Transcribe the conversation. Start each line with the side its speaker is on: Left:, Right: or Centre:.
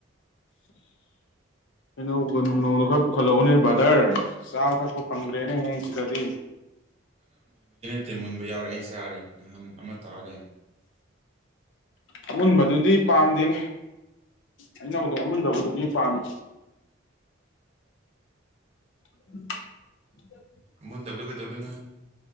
Left: ꯑꯩꯅꯧꯒꯅꯨꯡ ꯅꯧꯅ ꯈꯔ ꯄꯨꯈꯠꯂꯛꯎꯅꯦ ꯕ꯭ꯔꯗꯔ ꯆꯥꯕ ꯊꯛꯄ ꯐꯪꯗ꯭ꯔꯦꯅꯦ ꯍꯌꯦꯡ ꯁꯤꯗꯗꯤ
Right: ꯇꯦ ꯃꯨꯟꯕꯎꯔꯛꯏ ꯇꯔꯦ ꯅꯍꯥꯟ ꯑꯃ ꯇꯥꯔꯦ
Left: ꯑꯃꯨꯟꯕꯗꯨꯗꯤ ꯄꯥꯝꯗꯦꯅꯦ ꯑꯩꯅꯧꯗꯣ ꯑꯃꯨꯟꯗꯕꯗꯨꯗꯤ ꯄꯥꯝꯃꯤ ꯎ
Right: ꯃꯨ ꯗꯕꯖꯧ ꯀꯩꯗꯧꯗꯨ ꯅ